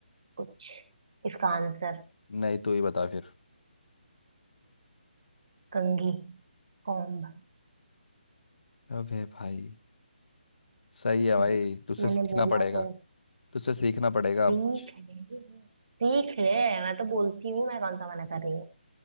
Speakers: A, on the right (about 35°); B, on the left (about 60°).
A: कुछ इसका आंसर
B: नहीं तू ही बता फिर
A: कंघी कॉम्ब
B: अबे भाई सही है भाई
A: हम्म,
B: तुझसे
A: मैंने
B: सीखना
A: बोला
B: पड़ेगा
A: तो
B: तुझसे सीखना पड़ेगा अब
A: सीख
B: कुछ
A: ले सीख ले मैं तो बोलती हूँ मैं कौन सा मना कर रही